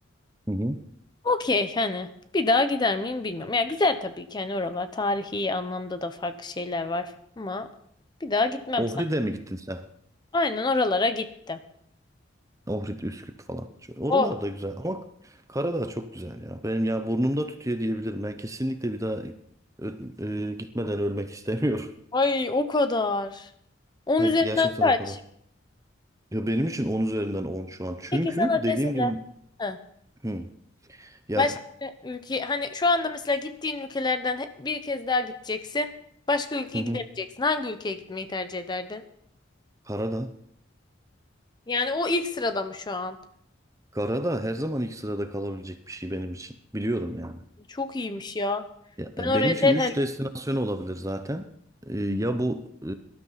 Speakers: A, on the right; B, on the left.
A: Hı hı.
B: Okey hani bir daha gider miyim bilmiyorum. Ya güzel tabii ki hani oralar tarihi anlamda da farklı şeyler var ama bir daha gitmem
A: Ohri'de
B: sanırım.
A: mi gittin sen?
B: Aynen oralara gittim.
A: Ohrid, Üsküp falan. Şöyle, oralar
B: Oh,
A: da güzel ama Karadağ çok güzel ya. Benim ya burnumda tütüyor diyebilirim. Ben kesinlikle bir daha ö- e, gitmeden ölmek istemiyorum. <laughs>
B: ay o kadar. on
A: Ha,
B: üzerinden
A: gerçekten
B: kaç?
A: o kadar. Ya benim için 10 üzerinden 10 şu an. Çünkü
B: Peki sana
A: dediğim
B: deseler
A: gibi
B: Ha.
A: hı, ya
B: Başka ülke hani şu anda mesela gittiğin ülkelerden he- bir kez daha gideceksin. Başka ülkeye
A: hı hı,
B: gidemeyeceksin. Hangi ülkeye gitmeyi tercih ederdin?
A: Karadağ.
B: Yani o ilk sırada mı şu an?
A: Karadağ her zaman ilk sırada kalabilecek bir şey benim için. Biliyorum yani.
B: Çok iyiymiş ya.
A: Ya,
B: Ben
A: ya
B: oraya
A: benim için
B: derhal
A: 3 destinasyon olabilir zaten. E, ya bu e,